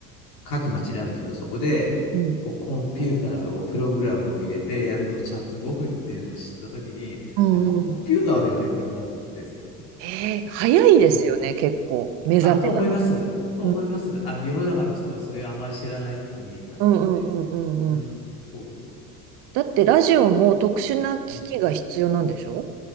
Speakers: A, on the left; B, on the right.
A: 各町にあるんですけど、そこで、
B: うん
A: こうコンピューターをプログラムを入れてやるとちゃんと動くっていうのを知ったときに、
B: うん。
A: やっぱコンピューターだよね、これがって、その時に。
B: えー、早いですよね、
A: うん
B: 結構、目覚めが。
A: あ、と思います。と思います。
B: うん
A: あの、世の中の人がそれをあんまり知らないときにだったので。
B: うんうんうんうん。
A: うん、そうそうそ
B: だってラジオも特殊な機器が必要なんでしょ
A: う。うん